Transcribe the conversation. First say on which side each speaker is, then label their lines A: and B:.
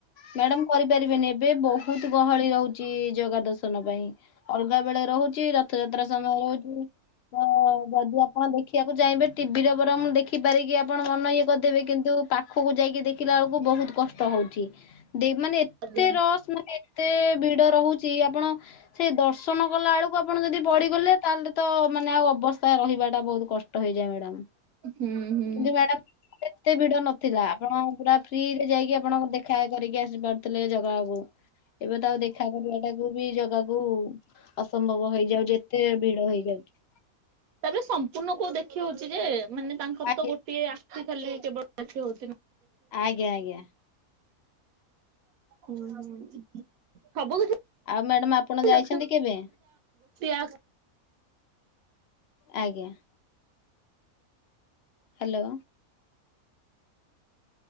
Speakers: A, on the left; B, on the right.
A: ମ୍ୟାଡାମ୍ କରିପାରିବେନି, ଏବେ ବହୁତୁ ଗହଳି ରହୁଛି ଜଗା ଦର୍ଶନ ପାଇଁ। ଅଲଗା ବେଳେ ରହୁଛି, ରଥଯାତ୍ରା ସମୟ ର ତ ଯଦି ଆ ଆପଣ ଦେଖିବାକୁ ଚାହିଁବେ, ଟିଭିରେ ବରଂ ଦେଖି ପାରିକି ଆପଣ ମନ ଇଏ କରିଦେବେ। କିନ୍ତୁ ପାଖକୁ ଯାଇକି ଦେଖିଲା ଲା ବଳକୁ ବହୁତୁ କଷ୍ଟ ହଉଛି। ଦେ ମାନେ ଏତେ
B: ଆଜ୍ଞା।
A: ରସ୍‌ ମାନେ ଏତେ ଭିଡ ରହୁଛି, ଆପଣ ସେ ଦର୍ଶନ କଲା ବେଳକୁ ଆପଣ ଯଦି ପଡିଗଲେ। ତାହେଲେ ତ ମାନେ ଆଉ ଅବସ୍ଥା ରହିବା ଟା, ବହୁତ କଷ୍ଟ ହେଇଯାଏ। ମ୍ୟାଡ଼ାାମ୍!
B: ହୁଁ! ହୁଁ।
A: କିନ୍ତୁ ମ୍ୟାଡାମ୍ ଏତେ ଭିଡ ନଥିଲା। ଆପଣ ପୁରା ଫ୍ରିରେ ଯାଇକି ଆପଣଙ୍କ ଦେଖା କରିକି ଆସି ପାରୁଥିଲେ ଜଗାକୁ। ଏବେ ତ ଆଉ ଦେଖା କରିବାଟା କୁ ବି ଜଗାକୁ ଅସମ୍ଭବ ହେଇଯାଉଚି, ଏତେ ଭିଡ ହେଇଯାଉଚି।
B: ତା'ପରେ ସମ୍ପୂର୍ଣ୍ଣ କଉ ଦେଖି ହଉଛି ଯେ। ମାନେ ତାଙ୍କର
A: ଆଜ୍ଞା
B: ତ ଗୋଟିଏ ଆଖି ଖାଲି କେବଳ <inaudible> ନା
A: ଆଜ୍ଞା ଆଜ୍ଞା।
B: ହୁଁ ହୁଁ! ସବୁ କିଛି
A: ଆଉ ମ୍ୟାଡାମ ଆପଣ ଯାଇଛନ୍ତି କେବେ?
B: <inaudible>
A: ଆଜ୍ଞା। ହାଲୋ।